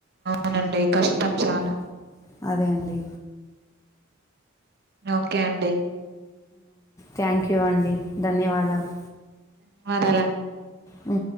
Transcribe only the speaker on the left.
ఉ అదే అండి
థ్యాంక్ యూ అండి ధన్యవాదాలు
ఊ